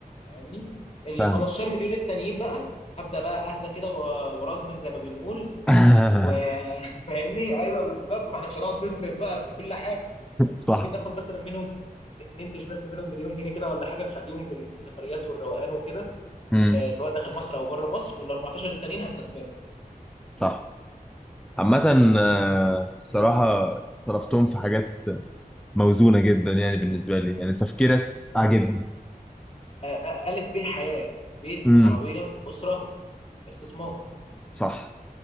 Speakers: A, on the left (about 40°); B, in the centre.
A: فاهمني ال
B: فاهم
A: 15 مليون التانيين بقى هبدا بقى اهدى كده و- ورزمن زي ما بنقول
B: <laughs>
A: وفاهمني <laughs> ايوه بالظبط ما احنا مش هنقعد نصرف بقى في كل حاجه
B: صح
A: ممكن ناخد مثلا منهم ننتج بس منهم مليون جنيه كده ولا حاجه نخليهم للسفريات والروقان وكده
B: امم
A: آه، سواء داخل مصر او بره مصر وال 14 التانيين هستثمرهم
B: صح عامة آه، الصراحة صرفتهم في حاجات موزونة جدا يعني بالنسبة لي يعني تفكيرك عاجبني
A: آه، آه، الف ب حياه بيت
B: امم
A: عربيه اسره استثمار
B: صح